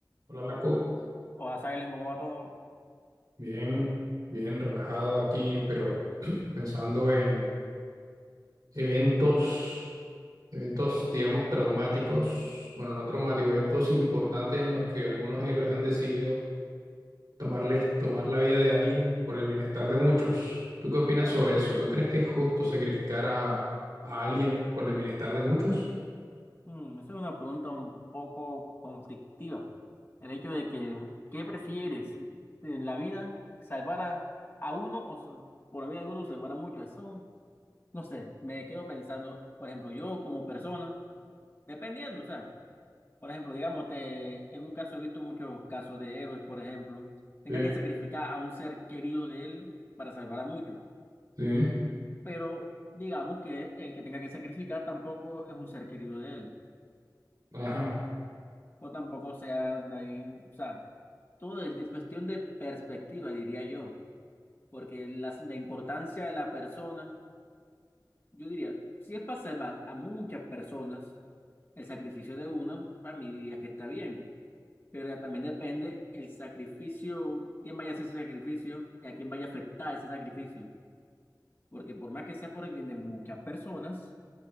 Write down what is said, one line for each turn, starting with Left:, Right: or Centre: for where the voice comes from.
Right: Hola Marco,
Left: o a Silent, ¿cómo va todo?
Right: bien, bien relajado aquí, pero pensando en eventos, eventos, digamos, traumáticos, bueno, no traumáticos, eventos importantes en los que algunos héroes han decidido tomarle, tomar la vida de alguien por el bienestar de muchos. ¿Tú qué opinas sobre eso? ¿Tú crees que es justo sacrificar a, a alguien por el bienestar de muchos?
Left: Mm, esa es una pregunta un poco conflictiva. El hecho de que, ¿qué prefieres en la vida? ¿Salvar a, a uno o sal- por la vida de uno salvar a muchos? Eso, no sé, me quedo pensando, por ejemplo, yo como persona, dependiendo, o sea, por ejemplo, digamos, te- en un caso he visto muchos casos de héroes, por ejemplo, tengan
Right: Sí,
Left: que sacrificar a un ser querido de él para salvar a muchos,
Right: sí,
Left: pero digamos que el que tenga que sacrificar tampoco es un ser querido de él.
Right: ajá.
Left: o tampoco sea ahí, o sea, todo es de- cuestión de perspectiva, diría yo, porque las- la importancia de la persona, yo diría, si es para salvar a muchas personas, el sacrificio de una, para mí diría que está bien, pero ya también depende el sacrificio, quién vaya a hacer ese sacrificio y a quién vaya a afectar ese sacrificio, porque por más que sea por el bien de muchas personas,